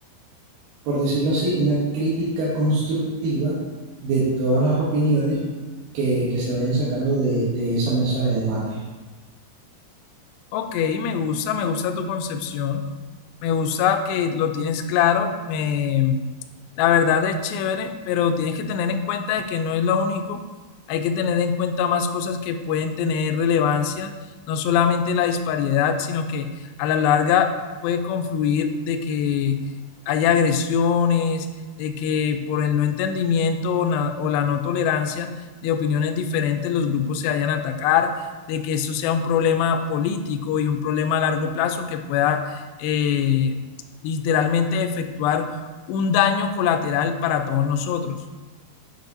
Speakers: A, on the right; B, on the left.
A: por decirlo así, una crítica constructiva de todas las opiniones que, que se vayan sacando de, de esa mesa de debate.
B: Ok, me gusta, me gusta tu concepción, me gusta que lo tienes claro, me- la verdad es chévere, pero tienes que tener en cuenta de que no es lo único, hay que tener en cuenta más cosas que pueden tener relevancia, no solamente la disparidad, sino que a la larga puede confluir de que haya agresiones, de que por el no entendimiento o na- o la no tolerancia de opiniones diferentes los grupos se vayan a atacar de que eso sea un problema político y un problema a largo plazo que pueda eh, literalmente efectuar un daño colateral para todos nosotros.